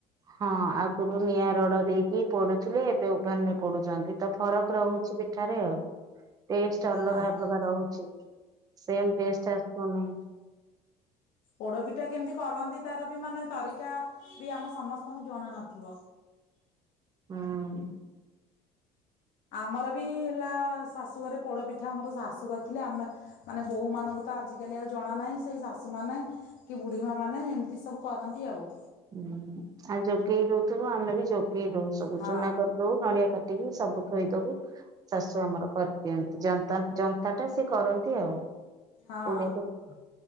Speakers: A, on the right; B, on the left.
A: ହଁ ଆଗରୁ ନିଆଁ ରଡ ଦେଇକି ପଡୁଥିଲେ। ଏବେ ଉଭାନରେ ପଡୁଛନ୍ତି ତ ଫରକ ରହୁଛି ପିଠାରେ ଆଉ ଟେଷ୍ଟ ଅଲଗା
B: ହଁ
A: ଅଲଗା ରହୁଛି ସେମ୍ ଟେଷ୍ଟ ଆସନି
B: ପୋଡପିଠା କେମିତି କରନ୍ତି ତାର ବି ମାନେ ତରିକା ବି ଆମ ସମସ୍ତଙ୍କୁ ଜଣା ନଥିବ।
A: ହୁଁ।
B: ଆମର ବି ହେଲା ଶାଶୁଘରେ ପୋଡପିଠା ଆମର ଶାଶୁ କରିଥିଲେ ଆମେ ମାନେ ବୋଉ ମନଙ୍କୁ ତ ଆଜିକାଲି ଆଉ ଜଣା ନାହିଁ ସେଇ ଶାଶୁମାନେ କି ବୁଢ଼ୀମା ମାନେ ଏମିତି ସବୁ କରନ୍ତି ଆଉ।
A: ହୁଁ ଆଉ ଯୋଗେଇ ଦଉ। ିବୁ ଆମ ବି ଯୋଗ <unintelligible> ଯୋଗେଇ ଦଉ ସବୁ
B: ହଁ
A: ଚୁନା କରିଦଉ ନଡ଼ିଆ କା ଠିକି ସବୁ ଥୋଇଦବୁ ଶାଶୁ ଆମର କରିଦିଅନ୍ତି ଜନ୍ତା ଜନ୍ତା ଟା ସେଏ କରନ୍ତି ଆଉ।
B: ହଁ
A: ପଡ କ <unintelligible>